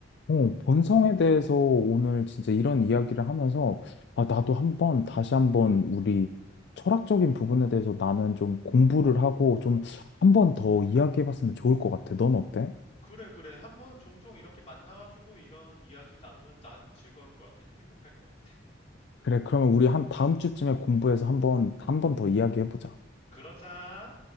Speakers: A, on the left; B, on the left.
A: 어, 본성에 대해서 오늘
B: 음,
A: 진짜 이런 이야기를 하면서, 아,
B: 음,
A: 나도 한번, 다시 한번 우리 철학적인
B: 음,
A: 부분에 대해서 나는 좀 공부를 하고 좀
B: 음.
A: 한번 더 이야기해봤으면 좋을 것 같아. 넌 어때?
B: 그래, 그래. 한번 종종 이렇게 만나가지고 이런 이야기 나누면 난 즐거울 것 같아. 행복할 것 같아.
A: 그래, 그러면 우리 한 다음 주쯤에 공부해서 한번, 한번 더 이야기해보자.
B: 그러자